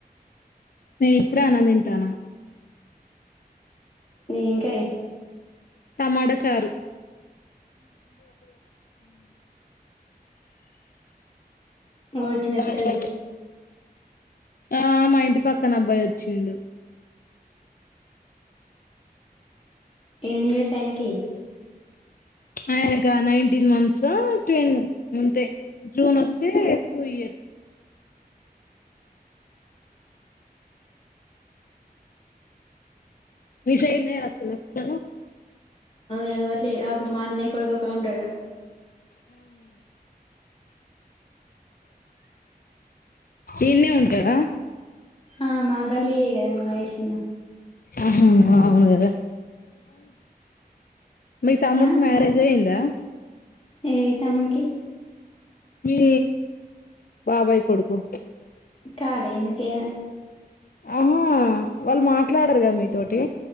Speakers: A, on the left (about 65°); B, on the left (about 35°).
A: నే ఇప్పుడే అన్నం తింటాన.
B: ఏం కర్రి
A: టమాట చారు.
B: ఓ చిన్నపిల్లలు
A: చ్చ ఆ మా ఇంటి పక్కన అబ్బాయి వచ్చిండు.
B: ఎన్ని ఇయర్స్ ఆయనకి
A: ఆయనకా, నైన్టీన్ మంత్స్ ఆ ట్వెన్ ఉంతే. జూన్ ఒస్తే టూ ఇయర్స్. మీ సైడ్ లేరా చిన్నపిల్లలు
B: ఎవ్వరు లే ఒక మా అన్నయ్య కొడుకు ఒక్కడే ఉంటాడు ఇగ
A: ఈన్నే ఉంటాడ.
B: ఆ మా గల్లియే కదా మహేష్ అన్న
A: ఆహా అవును కద! మీ తమ్ముడికి
B: ఆ
A: మ్యారేజ్ అయ్యిందా?
B: ఏ తమ్మునికి?
A: మీ బాబాయి కొడుకు.
B: కాలే ఎందుకే?
A: ఆహా వాళ్ళు మాట్లాడరు కదా మీతోటి.